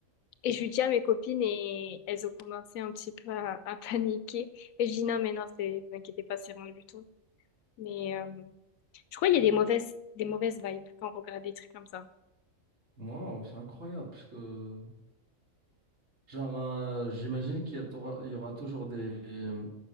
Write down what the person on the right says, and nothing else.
wow c'est incroyable parce que genre euh, j'imagine qu'il y a t'aura- il y aura toujours des euh,